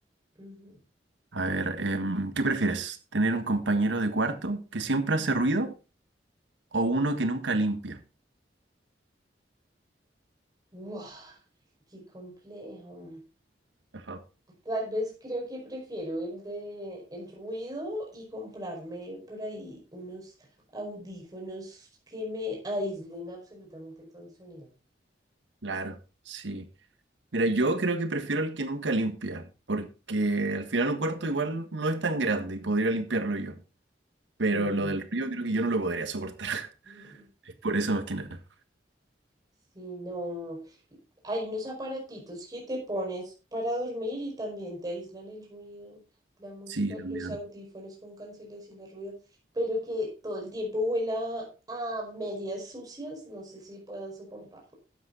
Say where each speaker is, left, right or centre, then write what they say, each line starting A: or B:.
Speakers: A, on the right; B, on the right.
A: Ujú.
B: A ver, em, ¿qué prefieres? ¿Tener un compañero de cuarto que siempre hace ruido o uno que nunca limpia?
A: ¡Guau! ¡Qué complejo!
B: Ajá,
A: Tal vez creo que prefiero el de el ruido y comprarme por ahí unos audífonos que me aíslen absolutamente todo el sonido.
B: claro, sí. Mira, yo creo que prefiero el que nunca limpia, porque al final un cuarto igual no es tan grande y podría limpiarlo yo. Pero
A: Ujú.
B: lo del ruido creo que yo no lo podría soportar.
A: Mm.
B: Es por eso más que nada.
A: Sí, no. y Hay unos aparatitos que te pones para dormir y también te aíslan el ruido, la música,
B: Sí, también.
A: los audífonos con cancelación de ruido, pero que todo el tiempo huela a medias sucias. No sé si puedo soportarlo.